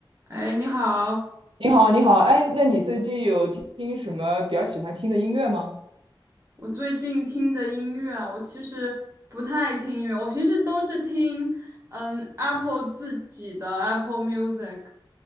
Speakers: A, on the right (about 30°); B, on the right (about 70°).
A: 哎，你好！
B: 你好，你好，哎，那你最近有听听什么比较喜欢听的音乐吗？
A: 我最近听的音乐啊，我其实不太听音乐，我平时都是听嗯 Apple 自己的 Apple Music，